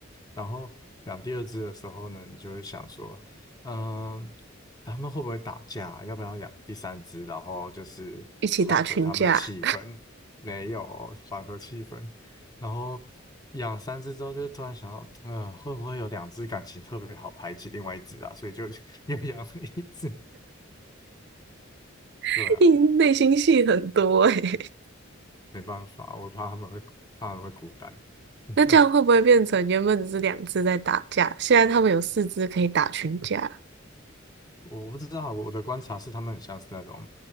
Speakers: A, on the left; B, on the right.
A: 然后养第二只的时候呢，你就会想说，嗯，他们会不会打架？要不要养第三只？然后就是缓和他们的气氛，
B: 一起打群架，
A: 没有缓和气氛。然后养三只之后，就突然想到，嗯，会不会有两只感情特别好排挤另外一只啊？所以就 <laughs> 又养了一只。
B: <laughs>
A: 对啊，
B: 你内心戏很多诶。
A: 没办法，我怕他们会怕他们会孤单。
B: <laughs>
A: <laughs>
B: 那这样会不会变成原本只是两只在打架，现在他们有四只可以打群架，
A: 我不知道啊，我的观察是他们很像是那种，